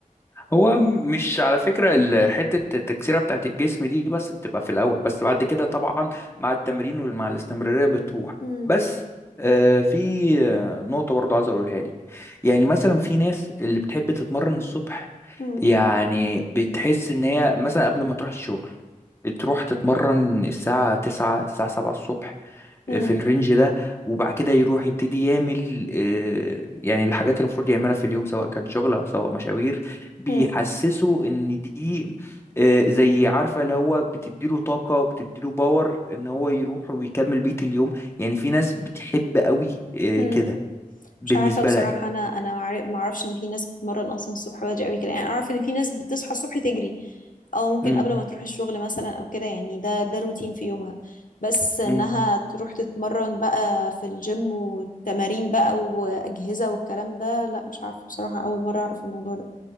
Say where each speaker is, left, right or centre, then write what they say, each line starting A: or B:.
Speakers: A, on the left (about 15°); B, on the left (about 65°).
A: هو مش على فكرة ال- حتة التكسيرة بتاعت الجسم دي بس بتبقى في الأول بس بعد كده طبعا مع التمرين ومع الاستمرارية بتروح
B: مم.
A: بس آه، في آه، نقطة برضو عايز أقولها لك يعني مثلا في ناس اللي بتحب تتمرن الصبح
B: مم.
A: يعني بتحس إن هي مثلا قبل ما تروح الشغل تروح تتمرن الساعة 9 الساعة 7 الصبح
B: مم.
A: في الرينج ده وبعد كده يروح يبتدي يعمل آه، يعني الحاجات اللي المفروض يعملها في اليوم سواء كان شغل او سواء مشاوير بيحسسه
B: مم.
A: ان دي آه، زي عارفه اللي هو بتديله طاقه وبتديله باور ان هو يروح ويكمل بقيه اليوم يعني في ناس بتحب قوي آه،
B: مم.
A: كده بالنسبه
B: مش عارفه بصراحه
A: لها يعني
B: انا انا معر- ما اعرفش ان في ناس بتتمرن اصلا الصبح بدري قوي كده يعني اعرف ان في ناس بتصحى الصبح تجري او ممكن
A: إمم،
B: قبل ما تروح الشغل مثلا او كده يعني ده ده الروتين في يومها بس انها
A: إمم.
B: تروح تتمرن بقى في الجيم وتمارين بقى واجهزه والكلام ده لا مش عارفه بصراحه اول مره اعرف الموضوع ده